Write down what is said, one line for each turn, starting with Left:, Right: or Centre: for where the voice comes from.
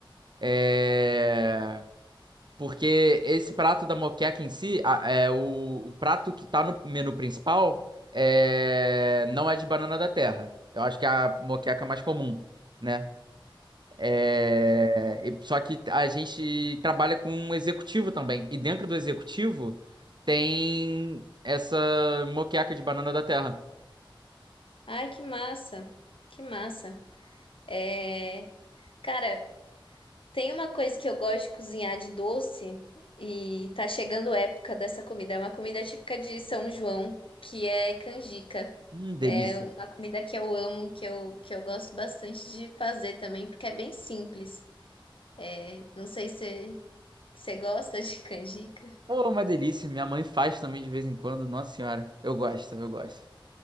Right: É... Porque esse prato da moqueca em si, a- é, o, o prato que tá no menu principal é... não é de banana da terra. Eu acho que é a moqueca mais comum, né? É, e- Só que a gente trabalha com um executivo também. E dentro do executivo tem essa moqueca de banana da terra.
Left: Ai, que massa. Que massa. É. Cara, Tem uma coisa que eu gosto de cozinhar de doce e tá chegando a época dessa comida. É uma comida típica de São João, que é canjica.
Right: Hum, delícia.
Left: É uma comida que eu amo, que eu, que eu gosto bastante de fazer também, porque é bem simples. É, não sei se você gosta de <laughs> canjica.
Right: Pô, uma delícia. Minha mãe faz também de vez em quando. Nossa senhora, eu gosto, eu gosto.